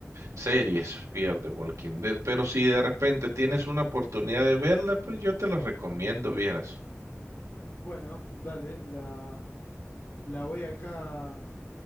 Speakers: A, on the right (about 90°); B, on the left (about 75°).
A: series, Fear the Walking Dead. Pero si de repente tienes una oportunidad de verla, pues yo te la recomiendo, vieras.
B: bueno, dale, la, la voy acá